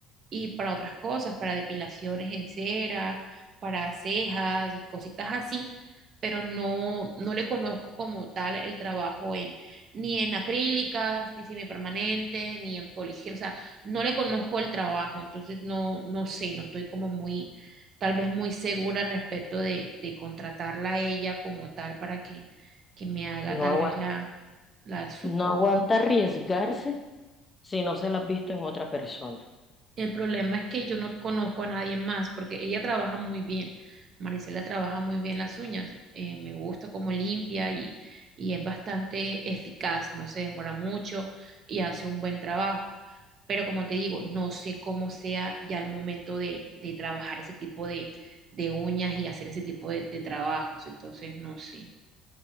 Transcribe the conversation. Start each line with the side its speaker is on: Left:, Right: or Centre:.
Right: y para otras cosas, para depilaciones en cera, para cejas y cositas así, pero no, no le conozco como tal el trabajo en, ni en acrílicas, ni semipermanente, ni en poligel, o sea, no le conozco el trabajo, entonces no, no sé, no estoy como muy, tal vez muy segura respecto de, de contratarla a ella como tal para que, que me haga
Left: No
Right: tal
Left: aguanta,
Right: vez la, la
Left: no aguanta arriesgarse si no se las has visto en otra persona.
Right: El problema es que yo no conozco a nadie más porque ella trabaja muy bien. Marisela trabaja muy bien las uñas. eh, me gusta cómo limpia y, y es bastante eficaz. No se demora mucho y hace un buen trabajo. Pero como te digo, no sé cómo sea ya el momento de, de trabajar ese tipo de, de uñas y hacer ese tipo de, de trabajos. Entonces, no sé.